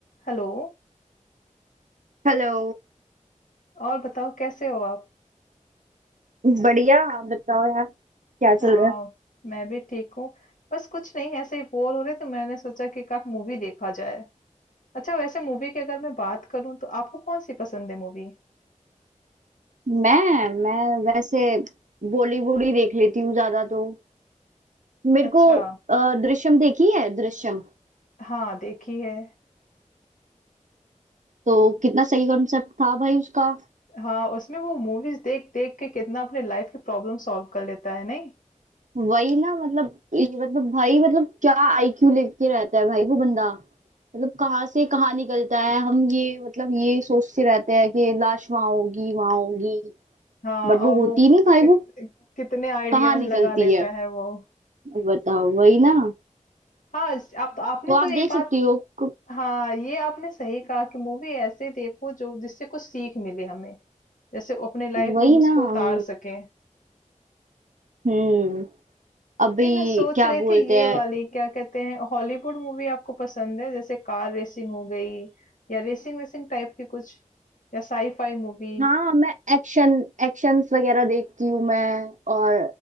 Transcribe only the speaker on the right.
Hello
बढ़िया आप बताओ यार क्या चल
रहा है
मैं मैं वैसे बॉलीवुड ही देख लेती हूँ ज्यादा तो मेरे
को अ, दृश्यम देखी है दृश्यम
तो कितना सही कॉन्सेप्ट था भाई उसका
वही ना मतलब ये मतलब भाई मतलब क्या आईक्यू लेके रहता है भाई वो बंदा मतलब कहाँ से कहाँ निकलता है हम ये मतलब ये सोचते रहते हैं कि लाश वहां होगी वहां होगी
बट वो
होती नहीं भाई
वो
कहाँ निकलती
है
बताओ वही ना
तो आप
देख सकती
हो क-
वही
ना हम
हम्म अभी
क्या
बोलते
हैं
हाँ मैं एक्शन एक्शंस वगैरह देखती हूँ मैं और